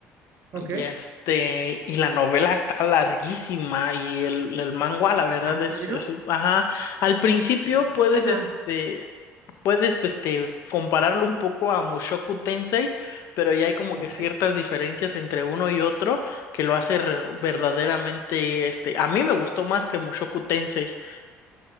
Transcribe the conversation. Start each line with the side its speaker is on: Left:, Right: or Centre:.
Right: Ok.
Left: y este, y la novela está larguísima y el, el manga, la verdad,
Right: Ah, ¿en
Left: es,
Right: serio?
Left: es, ajá, al principio
Right: ¿Y de qué
Left: puedes,
Right: trata?
Left: este, puedes, este, compararlo un poco a Mushoku Tensei, pero ya hay como
Right: Ok.
Left: que ciertas diferencias entre uno y otro que lo hace re- verdaderamente, este, a mí me gustó más que Mushoku Tensei,